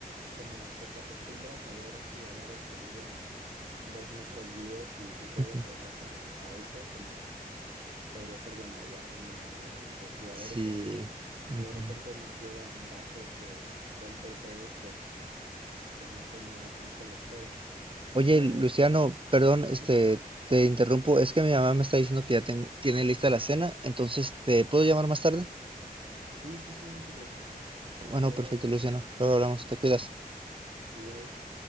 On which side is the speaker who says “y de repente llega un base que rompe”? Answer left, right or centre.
Right